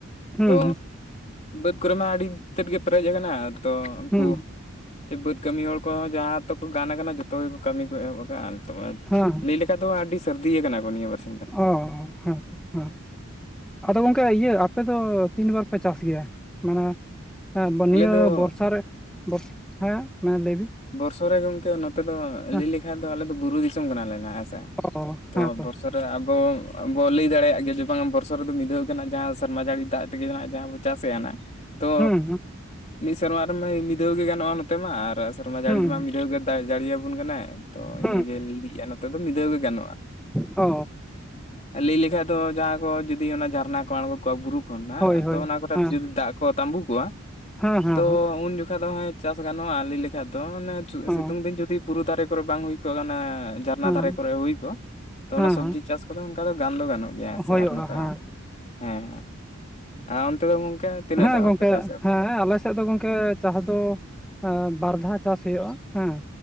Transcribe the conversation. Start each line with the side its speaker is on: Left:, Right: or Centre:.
Centre: ᱦᱩᱸ
Left: ᱛᱚ
Centre: ᱦᱩᱸ
Left: ᱵᱟᱹᱫᱽ ᱠᱚᱨᱮ ᱢᱟ ᱟᱹᱰᱤ ᱛᱮᱫ ᱜᱮ ᱯᱮᱨᱮᱡ ᱟᱠᱟᱱᱟ᱾ ᱛᱚ ᱩᱝᱠᱩ
Centre: ᱦᱩᱸ
Left: ᱵᱟᱹᱫᱽ ᱠᱟᱹᱢᱤ ᱦᱚᱲ ᱠᱚᱦᱚᱸ ᱡᱟᱦᱟᱸ ᱛᱚᱠᱚ ᱜᱟᱱ ᱠᱟᱱᱟ ᱡᱚᱛᱚ ᱜᱮᱠᱚ ᱠᱟᱹᱢᱤ ᱠᱚ ᱮᱦᱚᱵ ᱠᱟᱜ-ᱟ, ᱱᱤᱛᱚᱜ ᱢᱟ
Centre: ᱦᱮᱸ
Left: ᱞᱟᱹᱭ ᱞᱮᱠ ᱮᱠᱟ ᱫᱚ ᱟᱹᱰᱤ ᱥᱟᱹᱨᱫᱤ ᱠᱟᱱᱟ ᱠᱚ ᱱᱤᱭᱟᱹ ᱯᱟᱥᱮ
Centre: ᱚ ᱦᱮᱸ ᱛᱚ ᱦᱮᱸ ᱟᱫᱚ ᱜᱚᱝᱠᱮ ᱤᱭᱟᱹ ᱟᱯᱮ ᱫᱚ ᱛᱤᱱ ᱵᱟᱨ ᱯᱮ ᱪᱟᱥ ᱜᱮᱭᱟ? ᱢᱟᱱᱮ ᱦᱮᱸ
Left: ᱟᱞᱮ
Centre: ᱱᱤᱭᱟᱹ
Left: ᱫᱚ
Centre: ᱵᱚᱨᱥᱟ ᱨᱮ ᱦᱮᱸ ᱢᱟ ᱞᱟᱹᱭ ᱵᱤᱱ᱾
Left: ᱵᱚᱨᱥᱚ ᱨᱮ ᱜᱚᱝᱠᱮ ᱱᱚᱛᱮ ᱫᱚ
Centre: ᱦᱮᱸ
Left: ᱞᱟᱹᱭ ᱞᱮᱠᱷᱟᱱ ᱫᱚ ᱟᱞᱮ ᱫᱚ ᱵᱩᱨᱩ ᱫᱤᱥᱚᱢ ᱠᱟᱱᱟᱞᱮ ᱦᱮᱸᱥᱮ,
Centre: ᱚ
Left: ᱛᱚ
Centre: ᱦᱮᱸᱛᱚ
Left: ᱵᱚᱨᱥ ᱨᱮ ᱟᱵᱚ ᱟᱵᱚ ᱞᱟᱹᱭ ᱫᱟᱲᱮᱭᱟᱜ ᱜᱮᱭᱟ ᱡᱮ ᱵᱟᱝ ᱵᱚᱨᱥᱚ ᱨᱮᱫᱚ ᱢᱤᱫ ᱫᱷᱟᱹᱣ ᱜᱤ ᱱᱟᱜ ᱡᱟᱦᱟᱸ ᱥᱮᱨᱢᱟ ᱡᱟᱹᱲᱤ ᱫᱟᱜ ᱛᱮᱜᱮ ᱦᱟᱜ ᱡᱟᱦᱟᱸ ᱪᱟᱥᱮᱫᱼᱟ ᱱᱟᱦᱟᱜ ᱛᱚ
Centre: ᱦᱩᱸ ᱦᱩᱸ
Left: ᱢᱤᱫ ᱥᱮᱨᱢᱟ ᱨᱮᱢᱟ ᱢᱤᱫ ᱫᱷᱟᱣ ᱜᱮ ᱜᱟᱱᱚᱜᱼᱟ ᱱᱚᱛᱮ ᱢᱟ ᱟᱨ ᱥᱮᱨᱢᱟ ᱡᱟᱹᱲᱤ
Centre: ᱦᱩᱸ
Left: ᱨᱮᱢᱟ ᱢᱤᱫ ᱫᱷᱟᱹᱣ ᱜᱮ ᱫᱟᱜ ᱡᱟᱹᱲᱤ ᱟᱵᱚᱱ ᱠᱟᱱᱟᱭ ᱛᱚ
Centre: ᱦᱩᱸ
Left: ᱤᱱᱟᱹᱜᱮ ᱞᱤᱫᱤᱜᱼᱟ ᱱᱚᱛᱮ ᱫᱚ ᱢᱤᱫ ᱫᱷᱟᱹᱣ ᱜᱮ ᱜᱟᱱᱚᱜᱼᱟ᱾
Centre: ᱚ
Left: ᱟᱨ ᱞᱟᱹᱭ ᱞᱮᱠᱷᱟᱡ ᱫᱚ ᱡᱟᱦᱟᱸ ᱠᱚ ᱡᱩᱫᱤ ᱚᱱᱟ ᱡᱷᱟᱨᱱᱟ ᱠᱚ ᱟᱬᱜᱚ ᱠᱚᱜᱼᱟ ᱵᱩᱨᱩ ᱠᱷᱚᱱ ᱱᱟᱜ
Centre: ᱦᱳᱭ ᱦᱳᱭ
Left: ᱛᱚ ᱚᱱᱟ ᱠᱚᱨᱮ
Centre: ᱦᱮᱸ
Left: ᱡᱩᱫᱤ ᱫᱟᱜ ᱠᱚ ᱛᱟᱸᱵᱩ ᱠᱚᱣᱟ
Centre: ᱦᱮᱸ ᱦᱮᱸ
Left: ᱛᱚ
Centre: ᱦᱮᱸ
Left: ᱩᱱ ᱡᱚᱠᱷᱟ ᱫᱚ ᱦᱮᱸ ᱪᱟᱥ ᱜᱟᱱᱚᱜᱼᱟ ᱞᱟᱹᱭ ᱞᱮᱠ ᱛᱚ ᱚᱱᱮ
Centre: ᱚ
Left: ᱥᱤᱛᱩᱝ ᱫᱤᱱ ᱡᱩᱫᱤ ᱵᱩᱨᱩ ᱫᱷᱟᱨᱮ ᱠᱚᱨᱮ ᱵᱟᱝ ᱦᱩᱭ ᱠᱚᱜ-ᱟ ᱢᱟᱱᱮ ᱡᱷᱟᱨᱱᱟ
Centre: ᱦᱮᱸ
Left: ᱫᱷᱟᱨᱮ ᱠᱚᱨᱮ ᱦᱩᱭ ᱠᱚᱜ-ᱟ ᱛᱚ, ᱛᱚ
Centre: ᱦᱮᱸ
Left: ᱚᱱᱟ ᱥᱚᱵᱽᱡᱤ
Centre: ᱦᱮᱸ
Left: ᱪᱟᱥ ᱠᱚᱫᱚ ᱚᱱᱠᱟ ᱫᱚ ᱜᱟᱱ ᱫᱚ ᱜᱟᱱᱚᱜ ᱜᱮᱭᱟ ᱥᱮ
Centre: ᱦᱳᱭᱳᱜᱼᱟ
Left: ᱟᱨ ᱱᱚᱝᱠᱟ
Centre: ᱦᱮᱸ
Left: ᱦᱮᱸ, ᱟᱨ ᱚᱱᱛᱮ ᱫᱚ ᱜᱚᱝᱠᱮ? ᱛᱤᱱᱟᱹᱜ
Centre: ᱦᱮᱸ
Left: ᱫᱷᱟᱣ
Centre: ᱜᱚᱝᱠᱮ,
Left: ᱯᱮ ᱪᱟᱥᱮᱫ
Centre: ᱦᱮᱸ ᱟᱞᱮ ᱟᱞᱮ ᱥᱮᱫ ᱫᱚ ᱜᱚᱝᱠᱮ ᱪᱟᱥ ᱫᱚ ᱵᱟᱨ ᱫᱷᱟᱣ ᱪᱟᱥ ᱦᱩᱭᱩᱜ-ᱟ ᱦᱮᱸ᱾